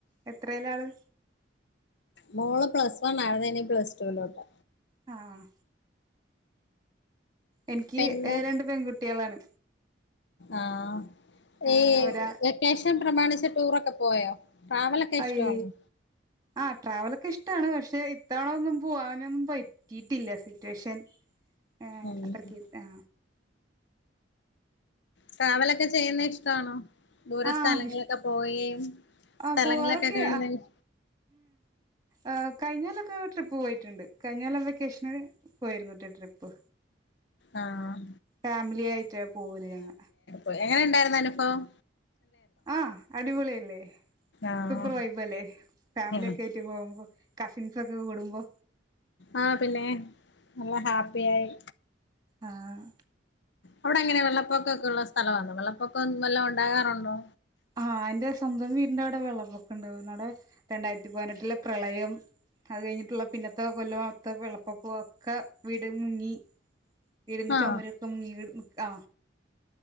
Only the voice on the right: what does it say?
എത്രേല ആള്
ആഹ് ആഹ് എനിക്ക്ഏ
രണ്ട് പെൺകുട്ടികളാണ്
ആ
ഒരാ
അയ് ആ ട്രാവലൊക്കെ ഇഷ്ടാണ് പക്ഷെ ഇത്തവണ ഒന്നും പോവാനൊന്നും പറ്റ് റ്റീട്ടില്ല സിറ്റുവേഷൻ ഏ
അത്രക്ക് ആ
ആ
ഇഷ്ട
ആ
പോവാറൊക്കെ
ആ കഴിഞ്ഞല്ലൊക്കെ ട്രിപ്പ് പോയിട്ടുണ്ട്. കഴിഞ്ഞൊല്ലം വെക്കേഷനല് പോയിരുന്നട്ടൊ ട്രിപ്പ്.
ഫാമിലി ആയിറ്റാ പോവല് ഞങ്ങ
ആഹ് അടിപൊളിയല്ലേ
സൂപ്പർ വൈബ് അല്ലേ ഫാമിലിയൊറ്റ്
ക്കെ റ്റ് പോകുമ്പോ കസിൻസൊക്കെ കൂടുമ്പോ
ആഹ്
ആഹ് എന്റെ സ്വന്തം വീടിന്റെവിടെ വെള്ളപ്പൊക്കുണ്ടവും. അവടെ രണ്ടായിരത്തി പതിനെട്ടിലെ പ്രളയം അത് കഴിഞ്ഞിട്ടുള്ള പിന്നത്തെ കൊല്ലംത്തെ വെള്ളപ്പൊക്ക ഒക്കെ വീട് മുങ്ങി വീടിന്റെ
ചുമരൊക്കെമുങ്ങി നി ആ